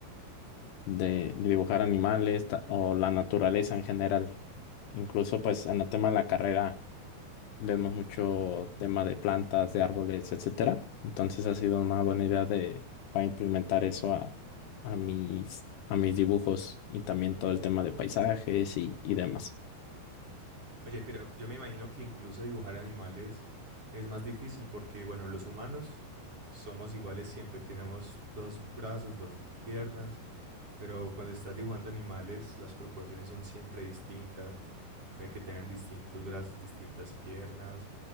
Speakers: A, on the left; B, on the right.
A: de- de dibujar animales ta- o la naturaleza en general. Incluso pues en el tema de la carrera vemos mucho tema de plantas, de árboles, etcétera. Entonces ha sido una buena idea de, para implementar eso a, a mis, a mis dibujos y también todo el tema de paisajes y, y demás.
B: Oye, pero yo me imagino que incluso dibujar animales es más difícil porque, bueno, los humanos somos iguales siempre, tenemos dos brazos, dos piernas, pero cuando estás dibujando animales, las proporciones son siempre distintas. Puede que tengan distintos brazos, distintas piernas,